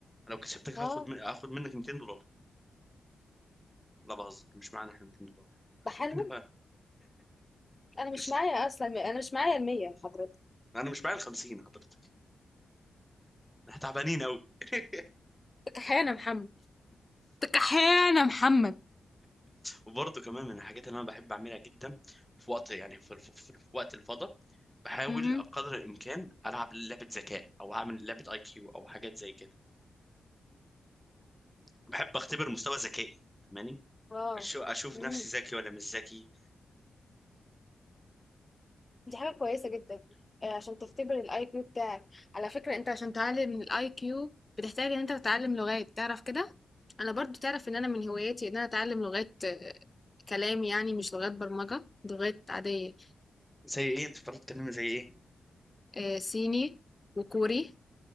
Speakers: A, in the centre; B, on the left.
A: انا لو كسبتك
B: اه
A: هاخد من... هاخد منك 200 دولار لا بهزر مش معانا احنا 200 دولار
B: بحالهم
A: احنا
B: انا مش
A: <laughs>
B: معايا اصلا انا مش معايا المية يا حضرتك
A: انا مش معايا ال 50 حضرتك احنا تعبانين قوي <laughs>
B: تكحيانة يا محمد تكحيانة يا محمد
A: وبرضه كمان من الحاجات اللي انا بحب اعملها جدا في وقت يعني في, الف... في, في وقت الفضاء بحاول
B: امم
A: بقدر الامكان العب لعبه ذكاء او اعمل لعبه اي كيو او حاجات زي كده بحب اختبر مستوى ذكائي فاهماني
B: اه
A: أشو- اشوف
B: مم.
A: نفسي ذكي ولا مش ذكي
B: دي حاجة كويسة جدًا، آآ عشان تختبر الIQ بتاعك، على فكرة أنت عشان تعلّي من الIQ بتحتاج إن أنت تتعلّم لغات، تعرف كده؟ أنا برضه تعرف إن أنا من هواياتي إن أنا أتعلّم لغات آه، كلام يعني مش لغات برمجة، لغات عادية،
A: زي ايه انت بتعرف تتكلمي زي ايه
B: آآ صيني وكوري